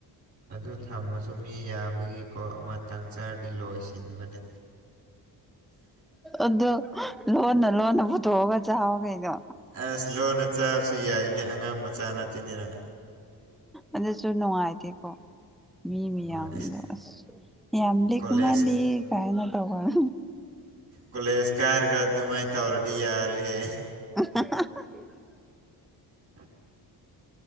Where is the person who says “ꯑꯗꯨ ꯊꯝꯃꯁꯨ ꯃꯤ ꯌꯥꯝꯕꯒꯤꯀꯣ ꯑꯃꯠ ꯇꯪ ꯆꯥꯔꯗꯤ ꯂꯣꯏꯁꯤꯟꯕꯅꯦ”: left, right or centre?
Right